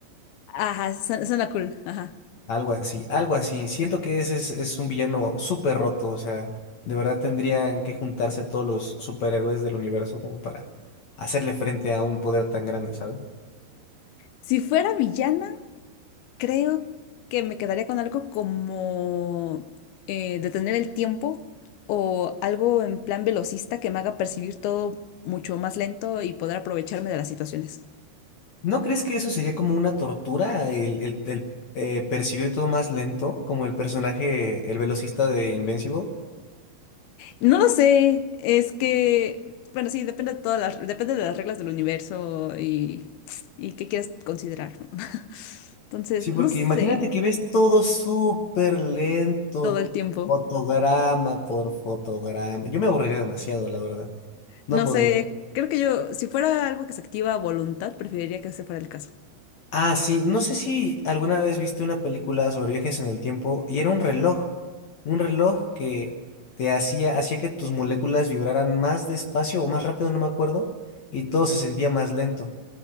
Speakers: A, on the left; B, on the left.
A: Ajá, su- suena cool, ajá.
B: Algo así, algo así. Siento que ese es, es un villano súper roto, o sea, de verdad tendrían que juntarse todos los superhéroes del universo como para hacerle frente a un poder tan grande, ¿sabes?
A: Si fuera villana, creo que me quedaría con algo como eh, detener el tiempo o algo en plan velocista que me haga percibir todo mucho más lento y poder aprovecharme de las situaciones.
B: ¿No crees que eso sería como una tortura, el, el- el, eh, percibir todo más lento, como el personaje, el velocista de Invincible?
A: No lo sé, es que, bueno, sí, depende de todas las, depende de las reglas del universo y, y qué quieras considerar. ¿no? <laughs> Entonces,
B: Sí, porque
A: no sé,
B: imagínate que ves todo súper lento,
A: todo el tiempo.
B: fotograma por fotograma. Yo me aburriría demasiado, la verdad. No
A: No
B: podría.
A: sé, creo que yo, si fuera algo que se activa a voluntad, preferiría que ese fuera el caso.
B: Ah, sí, no sé si alguna vez viste una película sobre viajes en el tiempo y era un reloj, un reloj que te hacía, hacía que tus moléculas vibraran más despacio o más rápido, no me acuerdo, y todo se sentía más lento,